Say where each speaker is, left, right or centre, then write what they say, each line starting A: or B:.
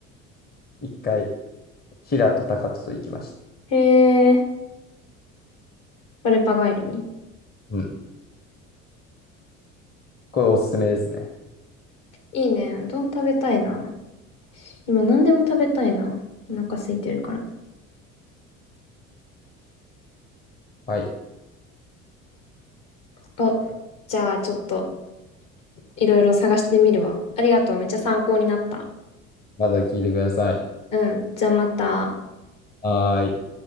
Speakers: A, on the left (about 25°); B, on the left (about 55°).
A: 一回、平と高とと行きました。
B: へえ、バレパ帰りに。
A: うん。これおすすめですね。
B: いいね。うどん食べたいな。今何でも食べたいな。お腹空いてるから。
A: はい。
B: あ、じゃあちょっといろいろ探してみるわ。ありがとう。めっちゃ参考になった。
A: まだ聞いてください。
B: うん。じゃあまた。
A: はーい。